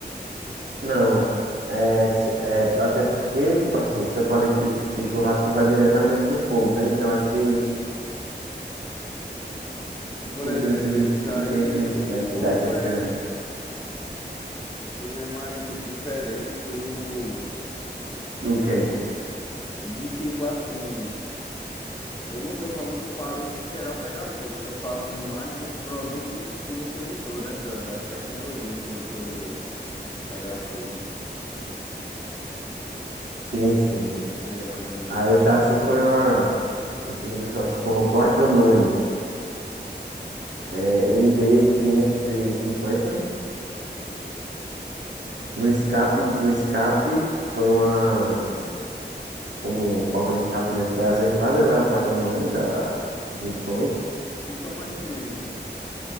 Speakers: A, on the right; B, on the left.
A: Não. É, se- é, até porque, tipo assim, se é paleta
B: Não esquenta
A: de, de
B: muito.
A: churrasco vai diretamente no fogo, né? Então acho que
B: E, Por
A: não
B: exemplo,
A: tem esse risco,
B: isso
A: não
B: aí,
A: tem esse risco
B: o
A: de, aque-
B: fogo
A: de aquecer,
B: é,
A: não.
B: o fogo é mais diferente do,
A: O quê?
B: de tipo assim. Eu não tô falando do palito em geral pegar fogo, eu tô falando mais dos produtos que você botou, né? da- Das tecnologias que você usou pegar fogo.
A: Sim, sim.
B: Entendeu mais ou menos
A: Aí
B: o que eu quero
A: o chassi
B: chegar?
A: foi uma. Em cima do chassi foi uma placa-mãe. É, MD cinquenta No escape, no escape foi uma. Como forma de escape, né? Foi as entradas já a placa-mãe da, dos sons.
B: Que tamanho tinha isso?